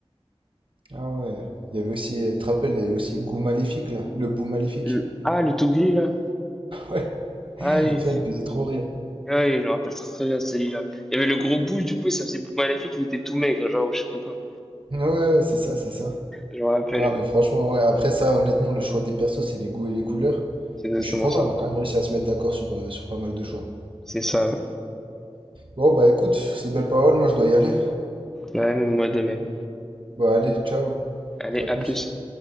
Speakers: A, on the right; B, in the centre.
A: Ah ouais. Il y avait aussi, euh, tu te rappelles, il y avait aussi Goût Maléfique là, le bout Maléfique.
B: Le- Ah, le Togri, là.
A: Ouais, <laughs>
B: Ah oui,
A: ça il me faisait trop rire.
B: Ah oui, je me rappelle très, très bien celui-là. Il y avait le gros bouche, du coup, et ça faisait bout maléfique, il était tout maigre, genre, ou je sais pas quoi.
A: Ouais, ouais, c'est ça, c'est ça.
B: Je me rappelle,
A: Ah,
B: ouais.
A: mais franchement, ouais, après ça, honnêtement, le choix des persos, c'est les goûts et les couleurs.
B: c'est exactement
A: Mais je suis content,
B: ça.
A: on a quand même réussi à se mettre d'accord sur, euh, sur pas mal de choix.
B: C'est ça. Ouais,
A: Bon, bah écoute, ces belles paroles, moi je dois y aller.
B: Ouais, mais moi de même.
A: Bah allez, ciao,
B: Allez,
A: à plus.
B: à plus.